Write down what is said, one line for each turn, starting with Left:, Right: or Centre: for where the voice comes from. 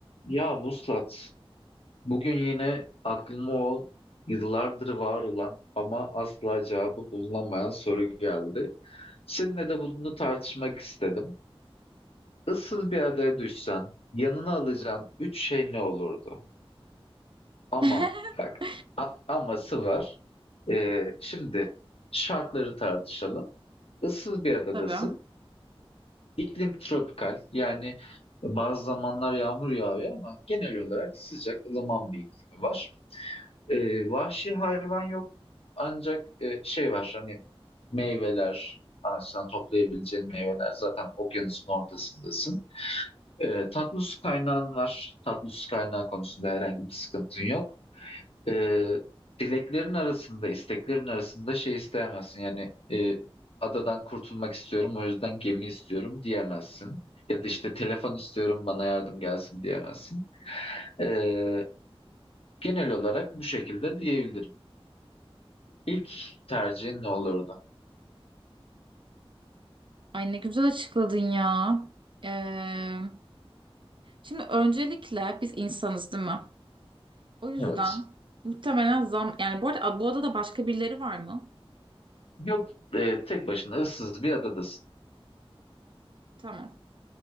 Left: Ya Vuslat, bugün yine aklıma o yıllardır var olan ama asla cevabı bulunamayan soru geldi. Seninle de bunu tartışmak istedim. Issız bir adaya düşsen, yanına alacağın üç şey ne olurdu? Ama
Right: <laughs>
Left: bak, a- aması var. Ee, şimdi şartları tartışalım. Issız bir adadasın.
Right: Tabii.
Left: İklim tropikal yani bazı zamanlar yağmur yağıyor ama genel olarak sıcak ılıman bir iklimi var. Ee, vahşi hayvan yok ancak e, şey var hani meyveler ağaçtan toplayabileceğin meyveler zaten okyanusun ortasındasın. Ee, tatlı su kaynağın var tatlı su kaynağı konusunda herhangi bir sıkıntın yok e, dileklerin arasında, isteklerin arasında şey isteyemezsin. Yani e, adadan kurtulmak istiyorum, o yüzden gemi istiyorum diyemezsin. Ya da işte telefon istiyorum, bana yardım gelsin diyemezsin. E, genel olarak bu şekilde diyebilirim. İlk tercihin ne olurdu?
Right: Ay ne güzel açıkladın ya. Ee, şimdi öncelikle biz insanız değil mi? O yüzden
Left: Evet.
Right: muhtemelen zam... Yani bu arada bu adada başka birileri var mı?
Left: Yok, e, tek başına ıssız bir adadasın.
Right: Tamam.